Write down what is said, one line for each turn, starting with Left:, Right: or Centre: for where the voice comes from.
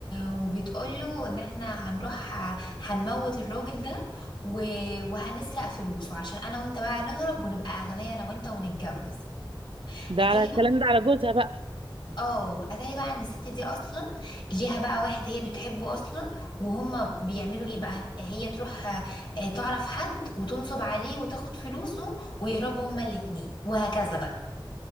Left: وبتقوله ان احنا هنروح ه- هنموت الراجل ده و... وهنسرق فلوسه عشان انا وانت بقى نهرب ونبقى اغنياء انا وانت ونتجوز
Right: ده
Left: اتاري
Right: على الكلام
Left: بقى
Right: ده على جوزها بقى
Left: اه اتاري بقى ان الست دي اصلا ليها بقى واحد هي بتحبه اصلا وهما بيعملوا ايه بقى هي تروح آه، تعرف حد وتنصب عليه وتاخد فلوسه ويهربوا هما الاتنين وهكذا بقى